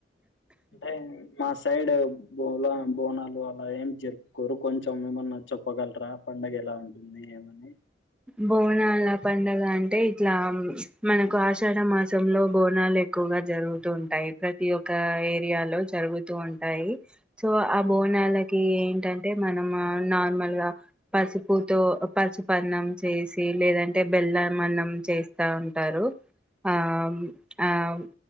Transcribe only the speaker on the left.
అంతే ఆండీ మా సైడ్ బోలో బోనాలు అలా ఏం జరుపుకోరు కొంచెం ఏమన్నా చెప్పగలరా పండుగ ఎలా ఉంటుంది ఏమని